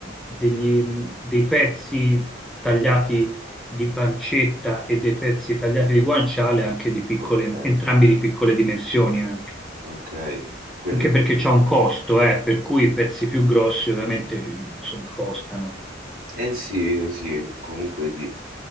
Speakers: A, in the centre; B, on the right.
A: degli- dei pezzi tagliati di pancetta e dei pezzi tagliati di guanciale, anche di piccole,
B: Ok,
A: entrambi di piccole dimensioni anche.
B: ok, quelli...
A: Anche perché c'è un costo, eh, per cui i pezzi più grossi ovviamente, insomma, costano.
B: Eh sì, sì, comunque sì.